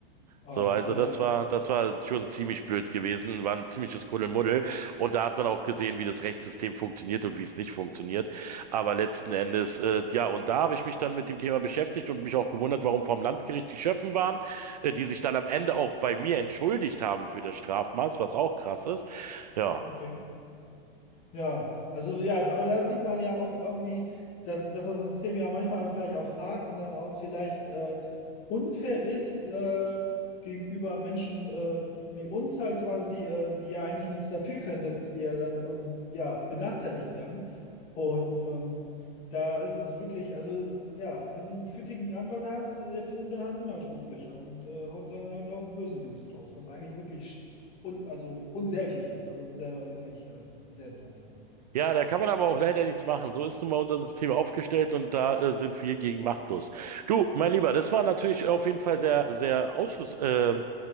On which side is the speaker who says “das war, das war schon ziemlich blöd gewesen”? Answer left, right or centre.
Right